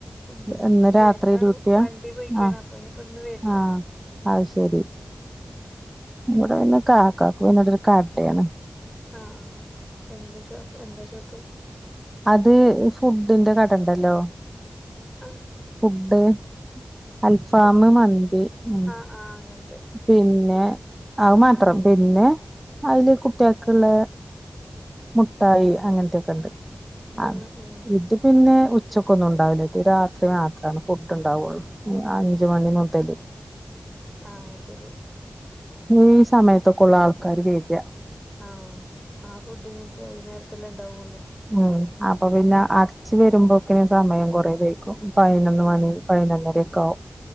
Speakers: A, in the centre; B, on the right (about 20°).
A: ഉം
B: ഇന്ന് രാത്രി
A: ഡ്രൈവറാണ്
B: ഡൂട്ടിയാ
A: വണ്ടി പോയിക്കാണ്
B: ആഹ്
A: അപ്പൊ ഇനിയിപ്പോ ഇന്ന് വരില്ല
B: ആഹ് അത് ശരി
A: ഉം
B: ഇവ്ടെ പിന്നെ കാക്കാക്കും പിന്നെ ഇവിടെ ഒരു കടയാണ്
A: ആഹ് എന്ത് ഷോപ്പ് എന്താ ഷോപ്പ്
B: അത് ഫുഡിന്റെ കട ഇണ്ടല്ലോ
A: ആഹ്
B: ഫുഡ് അൽഫാം
A: ഫുഡ്
B: മന്തി ഉം
A: ആഹ് അങ്ങന
B: പിന്നെ അത് മാത്രം പിന്നെ അയില് കുട്ട്യാൾക്ക്ള്ള മുട്ടായി അങ്ങനത്തെയൊക്കെ ഉണ്ട്
A: ഉം
B: അത്
A: ഉം
B: ഇത് പിന്നെ ഉച്ചക്കൊന്നു ണ്ടാവൂല ഇത് രാത്രി മാത്രാണ് ഫുഡ് ഉണ്ടാവുള്ളൂ അഞ്ചു മണി മുതല്
A: ആഹ് ശരി
B: ഉം ഈ സമയത്തൊക്കെ ഉള്ളൂ ആൾക്കാര് വര
A: ആഹ് ആഹ് ഫുഡ്‌ ഇനി ഇപ്പോ വൈനേരത്തെല്ലേ ഉണ്ടാവുള്ളൂ
B: ഉം അപ്പൊ പിന്നെ അടച്ച് വരുമ്പോക്കിന് സമയം കൊറേ വൈകും പതിനൊന്ന്
A: ഉം
B: മണി പതിനൊന്നരക്കെ ആവും